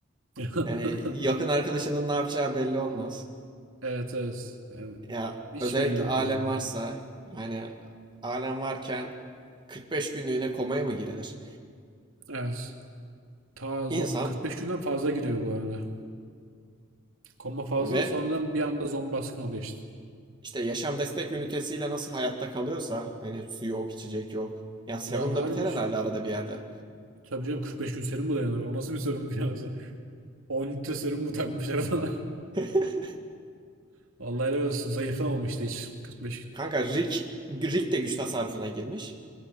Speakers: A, on the right; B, on the right.
A: <laughs>
B: Yani yakın arkadaşının ne yapacağı belli olmaz.
A: Evet evet. Yani
B: Ya
A: hiç
B: özellikle
A: belli
B: alem
A: olmaz hem
B: varsa
A: de.
B: yani alem varken 45 günlüğüne komaya mı girilir?
A: Evet. Ta
B: İnsan
A: zo- 45 günden fazla gidiyor bu arada. Komba fazla
B: ve
A: sonradan bir anda zombi baskını oluyor işte.
B: işte yaşam destek ünitesiyle nasıl hayatta kalıyorsa hani su yok, içecek yok. Ya serum
A: Ya harbi
B: da biter herhalde arada bir yerde.
A: Tabii canım 45 gün serum mu dayanır? O nasıl bir serum ya? 10 litre serum mu takmışlar adama?
B: <laughs>
A: <laughs> Vallahi helal olsun. Zayıflamamıştı hiç 45
B: Kanka Rick, Rick de güç tasarrufuna girmiş.